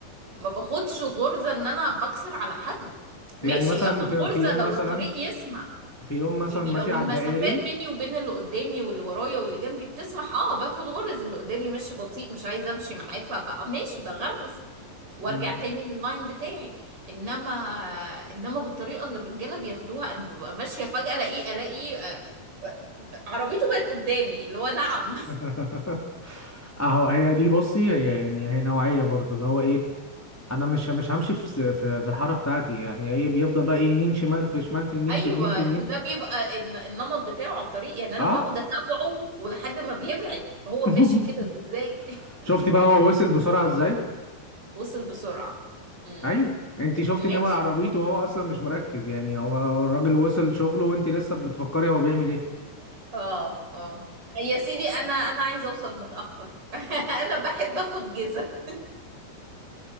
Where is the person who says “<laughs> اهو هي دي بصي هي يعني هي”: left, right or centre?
Centre